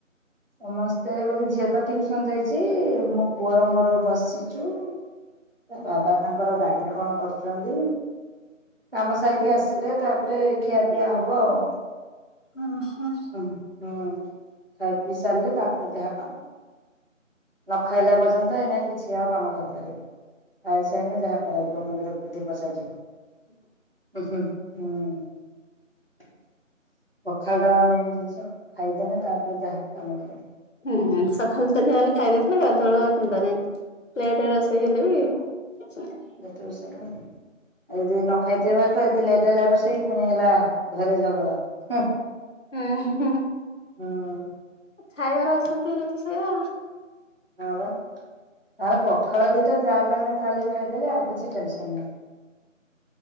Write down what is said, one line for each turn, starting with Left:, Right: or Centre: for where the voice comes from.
Right: ସମସ୍ତେ ବୋଲି ଝିଅ ତ ଟିଉସନ ଯାଇଛି, ମୋ ପୁଅର ମୋର ବସିଚୁ। ତା ବାବା ତାଙ୍କର ଗାଡି କଣ କରୁୁ ଛନ୍ତି, କାମ ସାରିକି ଆସିଲେ ତାପରେ ଖିଆପିଆ ହବ ଆଉ।
Left: ଓ - ହଁ।
Right: ହଁ- ହଁ ଖାଇ ପି ସାରିଲେ ତାପରେ ଯାହା କାମ। ନ ଖାଇଲା ପର୍ଯ୍ୟନ୍ତ ଏଇନା କିଛି ଆଉ କାମ କରିପାରିବିନି। ଖାଇସାଇନେ ଯାହା କରାଯିବ, ମୁଣ୍ଡରେ ବୁଦ୍ଧି ପସାଯିବ। ହୁ- ହୁ- ହୁଁ ପଖାଳ ତ ମେନ୍ ଜିନିଷ ଖାଇଦେଲେ, ତାପରେ ଯାହା କାମ କରିବ।
Left: ହୁଁଁ ସକାଳୁ ତ ଯାହାହେଲେ ଖାଇ ଦେଇଥିଲେ, ଗାଧୁଆ ବେଳକୁ ଆଉ ଚିନ୍ତା ନାହିଁ। ଲେଟ୍ ରେ ରୋଷେଇ ହେଲେ ବି <inaudible>
Right: ଯଦି ରୋଷେଇ ନ ହେଇନି ଆଉ ଯଦି ନ ଖାଇଥବେ ଭାତ, ଏତେ ଲେଟ୍ ହେଲା ରୋଷେଇ ପୁଣି ହେଲା ଘରେ ଝଗଡା। ହୁଁ।
Left: ଉଁ -ହୁଁ -ହୁଁ।
Right: ହଁ।
Left: <unintelligible> ଖାଇବାର ଅଶାନ୍ତି ହେଲେ ତ ସେଇଆ।
Right: ହଁ ବା। ନହେଲେ ପଖାଳ ଦିଟା ଯାହା ପାଇନେ ତା ଲଗେଇ ଖାଇଦେଲେ, ଆଉ କିଛି ଟେନସନ୍ ନାହିଁ।